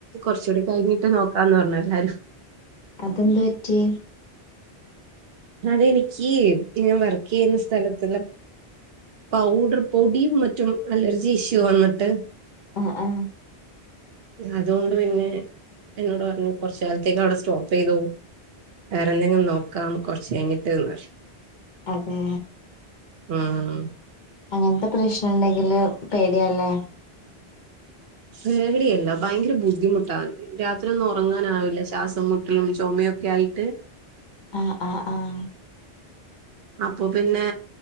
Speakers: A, on the right (about 65°); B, on the left (about 50°).
A: കൊറച്ചൂടി കഴിഞ്ഞിട്ട് നോക്കാന്ന് പറഞ്ഞു എല്ലാരും.
B: അതെന്ത് പറ്റി?
A: അതെ എനിക്ക് ഞാൻ വർക്ക് ചെയ്യുന്ന സ്ഥലത്തുള്ള പൗഡർ പൊടിയും മറ്റും അലർജി ഇഷ്യൂ വന്നിട്ട്
B: ആഹ് ആഹ്
A: അതുകൊണ്ട് പിന്നെ എന്നോട് പറഞ്ഞു കൊറച്ച് കാലത്തേക്ക് അവിടെ സ്റ്റോപ്പ് ചെയ്തോ വേറെ എന്തെങ്കിലും നോക്കാം കൊറച്ച് കഴിഞ്ഞിട്ട്ന്ന്
B: അതെ
A: ഉം
B: അങ്ങനത്തെ പ്രശ്നം ഇണ്ടെങ്കിൽ പേടിയാല്ലേ
A: പേടിയല്ല ഭയങ്കര ബുദ്ധിമുട്ടാവ്ണ്ട് രാത്രി ഒന്ന് ഒറങ്ങാനാവില്ല ശ്വാസം മുട്ടലും ചൊമയൊക്കെ ആയിട്ട്.
B: ആഹ് ആഹ് ആഹ്
A: അപ്പൊ പിന്നെ